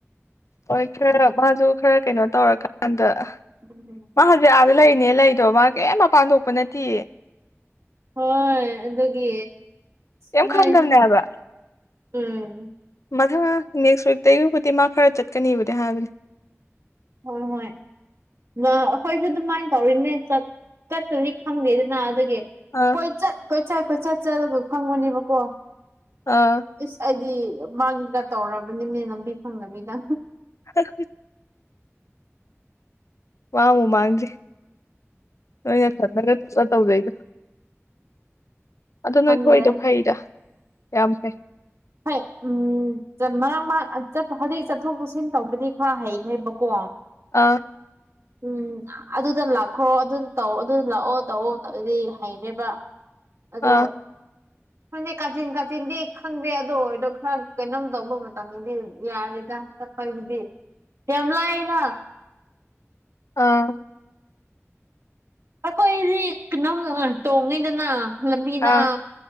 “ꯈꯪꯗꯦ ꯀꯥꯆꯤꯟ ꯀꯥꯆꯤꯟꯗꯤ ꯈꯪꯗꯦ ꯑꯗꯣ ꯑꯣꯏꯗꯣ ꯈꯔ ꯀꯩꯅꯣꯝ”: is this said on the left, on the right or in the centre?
Right